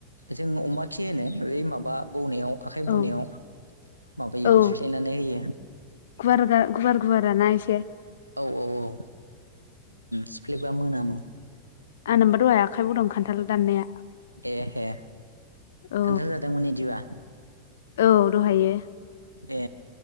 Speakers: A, on the right (about 85°); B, on the left (about 60°).
A: जों अमा खि होनो बै माबा बौनायाव आखाइ बौनायाव
B: औ
A: माबायखौ
B: औ
A: सुफ्लायनानै होयो।
B: गुवार गुवार गुवाराना एसे
A: औ औ औ सिफ्लेबा मोनामो।
B: आंनाबो दहाय आखाइबौदों खान्थाल दाननाया।
A: ए हे
B: औ
A: खोन्था जादोंमोन इदिबा
B: औ औ दहायो।
A: ए